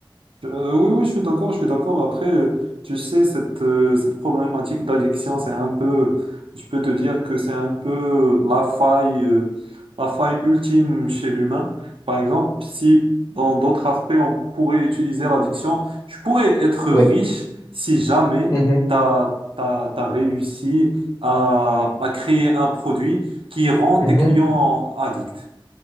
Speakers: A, on the right (about 85°); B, on the left (about 40°).
A: Euh, oui, oui, je suis d'accord, je suis d'accord. Après, euh, tu sais, cette, euh, cette problématique d'addiction, c'est un peu, je peux te dire que c'est un peu la faille, euh, la faille ultime chez l'humain. Par exemple, si dans d'autres aspects, on pourrait utiliser l'addiction, je pourrais être
B: Oui,
A: riche si jamais
B: Mhm,
A: t'as, t'as, t'as réussi à, à créer un produit qui rend
B: mhm.
A: tes clients addicts.